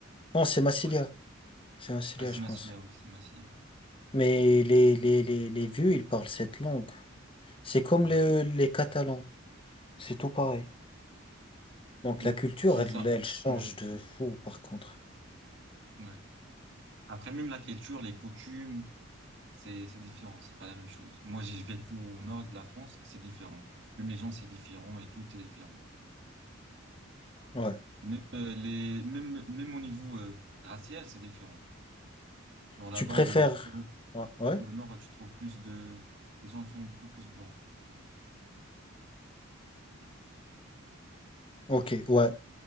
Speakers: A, on the left; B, on the right.
A: Non, c'est Massilia.
B: Ouais.
A: C'est Massilia,
B: Ah, c'est
A: je
B: ma
A: pense.
B: fille, ah oui, c'est ma fille.
A: Mais les, les, les, les vieux, ils parlent cette langue. C'est comme
B: Ouais.
A: les, les Catalans. C'est tout pareil. Donc
B: Hmm,
A: la culture,
B: C'est
A: elle,
B: ça.
A: elle change
B: Hmm,
A: de fou, par contre.
B: Ouais. Après, même la culture, les coutumes, c'est, c'est différent. C'est pas la même chose. Moi, j'ai vécu au nord de la France, c'est différent. Même les gens, c'est différent et tout est différent.
A: Ouais.
B: Même, euh, les, même, même au niveau, euh, racial, c'est différent. Genre là-bas,
A: Tu préfères.
B: où, où
A: Ouais. Ouais.
B: le nord, tu trouves plus de, les gens sont beaucoup plus blancs.
A: Ok, ouais.